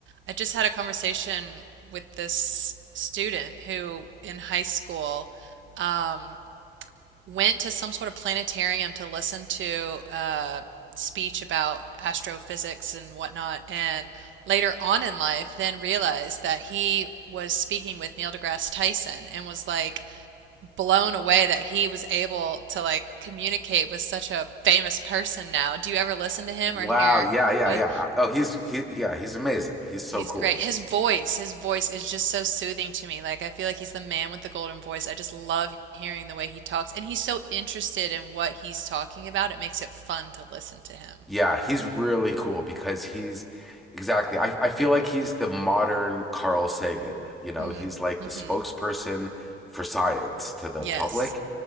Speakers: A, on the right; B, in the centre.
A: I just had a conversation with this student who in high school um, went to some sort of planetarium to listen to a speech about astrophysics and whatnot, and later on in life, then realized that he was speaking with Neil deGrasse Tyson and was like blown away that he was able to like communicate with such a famous person now. Do you ever listen to him
B: Wow.
A: or hear
B: Yeah, yeah,
A: what
B: yeah. Oh, he's he, yeah, he's amazing. He's so
A: He's
B: cool.
A: great. His voice, his voice is just so soothing to me. Like I feel like he's the man with the golden voice. I just love hearing the way he talks, and he's so interested in what he's talking about. It makes it fun to listen to him.
B: Yeah, he's really cool because he's exactly. I, I feel like he's the modern Carl Sagan. You know,
A: Mm.
B: he's like
A: Mm-hmm.
B: the spokesperson for science to the
A: Yes.
B: public.